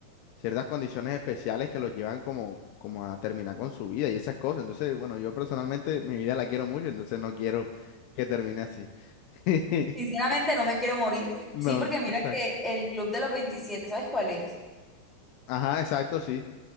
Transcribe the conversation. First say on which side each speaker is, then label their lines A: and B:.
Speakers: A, on the left; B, in the centre.
A: ciertas condiciones especiales que los llevan como, como a terminar con su vida y esas cosas. Entonces, bueno, yo personalmente mi vida la quiero mucho, entonces no quiero que termine así. <laughs>
B: Sinceramente no me quiero morir.
A: No,
B: Sí, porque mira
A: exacto.
B: que el Club de los veintisiete ¿sabes cuál es?
A: Ajá, exacto, sí.